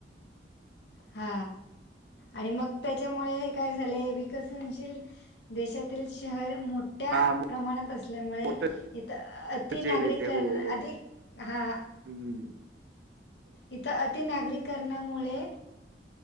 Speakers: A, on the left; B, on the right.
A: हा आणि मग त्याच्यामुळे काय झालंय विकसनशील देशातील शहर मोठ मो्या
B: हा
A: प्रमाणात असल्यामुळे
B: मोठ
A: इथ अति
B: जेल
A: नागरिक
B: आहे ते हो
A: अधिक
B: हो.
A: हा
B: हम्म
A: इथं अति नागरीकरणामुळे